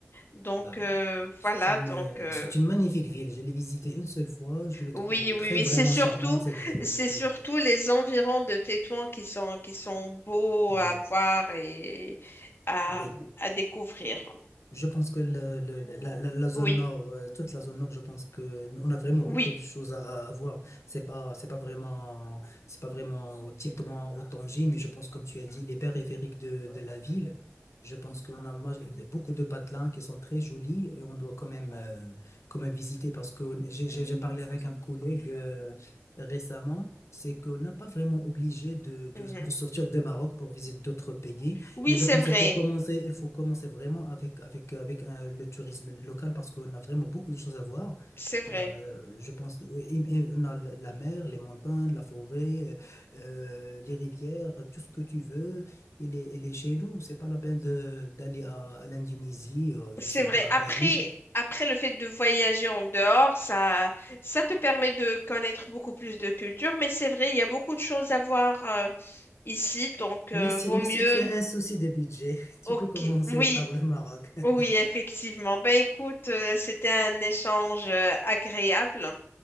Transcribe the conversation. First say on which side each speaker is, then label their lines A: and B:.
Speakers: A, on the left; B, on the left.
A: Donc
B: Bah,
A: euh,
B: c'est
A: voilà,
B: une,
A: donc
B: euh,
A: euh,
B: c'est une magnifique ville. Je l'ai visitée une seule fois. Je le trouve
A: oui, oui,
B: très
A: oui,
B: vraiment
A: c'est surtout,
B: charmante, cette ville.
A: c'est surtout
B: Oui,
A: les environs de Tétouan qui sont, qui sont beaux
B: oui,
A: à voir et à,
B: oui.
A: à découvrir.
B: Je pense que le- le- la, la- la zone
A: Oui,
B: nord, euh, toute la zone nord, je pense que n- on a vraiment beaucoup
A: oui,
B: de choses à, à voir. C'est pas, c'est pas vraiment, c'est pas vraiment au Tétouan, au Tanger, mais je pense, comme tu as dit, les périphériques de, de la ville. Je pense qu'on a ma- beaucoup de patelins qui sont très jolis et on doit quand même, euh, quand même visiter parce que j'ai j'ai- j'ai parlé avec un collègue euh, récemment, c'est qu'on n'a pas vraiment obligé de, de,
A: mhm.
B: de sortir de Maroc pour visiter d'autres pays.
A: Oui,
B: Mais
A: c'est
B: je pense
A: vrai,
B: qu'il faut commencer, il faut commencer vraiment avec, avec, avec euh, le tourisme local parce qu'on a vraiment beaucoup de choses à voir.
A: c'est vrai,
B: Bah, euh, je pense, oui, et- et on a la la mer, les montagnes, la forêt, euh, euh, les rivières, tout ce que tu veux, il est, il est chez nous. C'est pas la peine de- d'aller à, à l'Indonésie, euh, je
A: c'est
B: sais
A: vrai.
B: pas, à
A: Après,
B: Bali.
A: après le fait de voyager en dehors, ça, ça te permet de connaître beaucoup plus de culture, mais c'est vrai, il y a beaucoup de choses à voir. euh, ici, donc euh,
B: Mais si,
A: vaut
B: mais
A: mieux.
B: si tu as un souci de budget, <laughs> tu
A: Ok,
B: peux commencer
A: oui,
B: par le Maroc. <laughs>
A: oui, effectivement. Ben écoute, euh, c'était un échange euh, agréable.